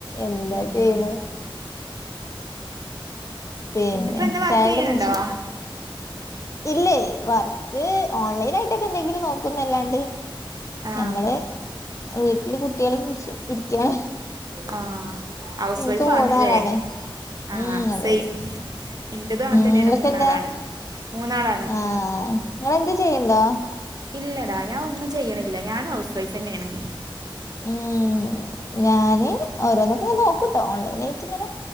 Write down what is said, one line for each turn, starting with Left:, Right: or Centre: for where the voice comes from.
Left: എന്താ
Right: ഉം
Left: ചെയ്യണ പിന്നെ
Right: പിന്നെപ്പോ എന്താ വർക്ക്
Left: ചായ
Right: ചെയ്യണുണ്ടോ
Left: കുടിച്ച ഇല്ലേ വർക്ക് ഓൺലൈൻ ആയിട്ടൊക്കെ എന്തെങ്കിലും നോക്കുന്നല്ലാണ്ട്
Right: ആഹ്
Left: ഞമ്മള് വീട്ടില് കുട്ടികളെ കുറിച്ച് ഇരിക്കാണ്
Right: ആഹ് ഹൗസ്
Left: എനിക്ക്
Right: വൈഫ്
Left: മൂന്നാളാണ്
Right: ആണ് ഇല്ലെ ആഹ്
Left: ഉം അതെ
Right: സെയിം
Left: അതെ
Right: എന്റതും അങ്ങനെ
Left: ഉം
Right: തന്നെയാണ്
Left: നിങ്ങക്കെന്താ
Right: മൂന്നാളാണ് മൂന്നാളാണ്
Left: ആഹ് ഇങ്ങ എന്ത് ചെയ്യണ്ടോ
Right: ഇല്ലടാ ഞാൻ ഒന്നും ചെയ്യണില്ല ഞാനും ഹൗസ് വൈഫ് തന്നെയാണ്
Left: ഉം ഞാന് ഓരോന്നക്ക നോക്കൂട്ടോ ഓൺലൈന ആയിട്ട് ഇങ്ങനെ